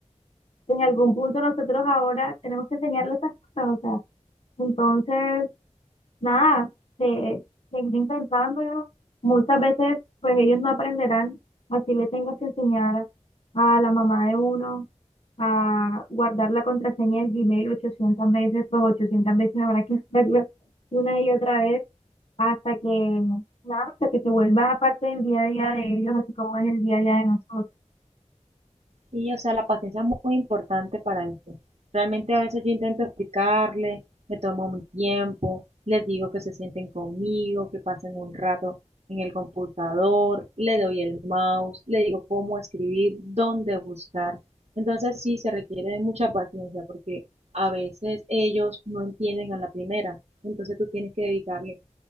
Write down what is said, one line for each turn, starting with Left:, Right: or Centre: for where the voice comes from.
Left: en algún punto nosotros ahora tenemos que enseñarles esas cosas, o sea, entonces, nada, se, seguir intentándolo, muchas veces pues ellos no aprenderán, así le tengo que enseñar a la mamá de uno. a guardar la contraseña del Gmail 800 veces, pues 800 veces habrá que hacerlo una y otra vez. hasta que, nada, hasta que se vuelva parte del día a día de ellos, así como es el día a día de nosotros.
Right: Y, o sea, la paciencia es muy importante para esto. Realmente a veces yo intento explicarle, me tomo mi tiempo, les digo que se sienten conmigo, que pasen un rato en el computador, le doy el mouse, le digo cómo escribir, dónde buscar. Entonces sí se requiere de mucha paciencia porque a veces ellos no entienden a la primera. Entonces tú tienes que dedicarle